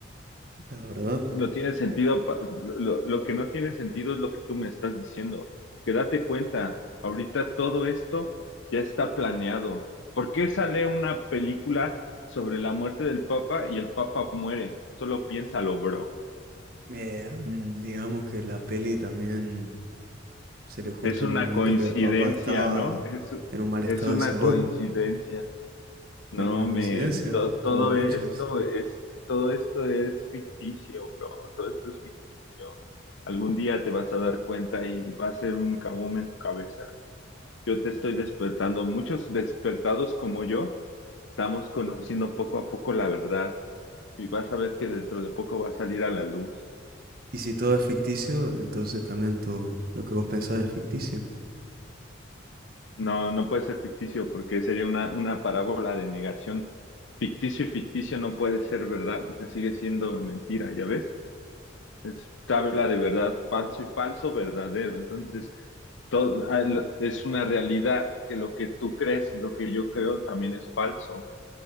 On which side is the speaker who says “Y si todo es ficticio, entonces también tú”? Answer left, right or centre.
Right